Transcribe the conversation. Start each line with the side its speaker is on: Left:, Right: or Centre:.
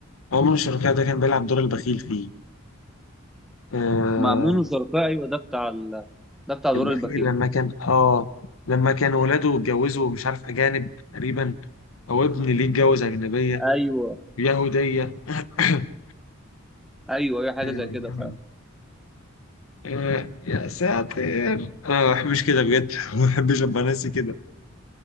Left: عمر الشركاوي ده كان بيلعب دور البخيل فيه آه
Centre: مأمون وشركاه ايوه ده بتاع ال... ده بتاع دور
Left: البخيل
Centre: البخيل
Left: لما كان اه لما كان ولاده اتجوزوا مش عارف أجانب تقريبا أو ابن ليه اتجوز أجنبية
Centre: ايوه
Left: يهودية <coughs>
Centre: ايوه اي حاجه
Left: آه
Centre: زي كده فعلا
Left: آه، يا ساتر انا ما بحبش كده بجد <laughs> ما بحبش ابقى ناسي كده